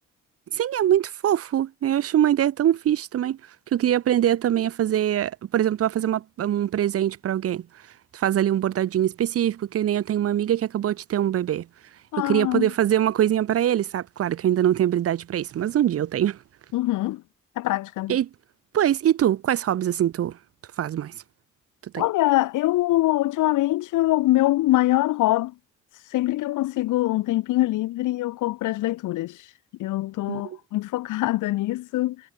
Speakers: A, on the right; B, on the left.
A: Sim, é muito fofo. Eu acho uma ideia tão fixe também. Que eu queria aprender também a fazer, por exemplo, a fazer uma- um presente pra alguém. Tu faz ali um bordadinho específico, que nem eu tenho uma amiga que acabou de ter um bebê.
B: Ah,
A: Eu queria poder fazer uma coisinha pra ele, sabe? Claro que eu ainda não tenho habilidade pra isso, mas um dia eu tenho. <laughs>
B: uhum, é prática.
A: E, pois, e tu? Quais hobbies assim tu, tu faz mais? Tu tem?
B: Olha, eu ultimamente o meu maior hobby, sempre que eu consigo um tempinho livre, eu corro para as leituras. Eu tô
A: Hum,
B: muito <laughs> focada nisso,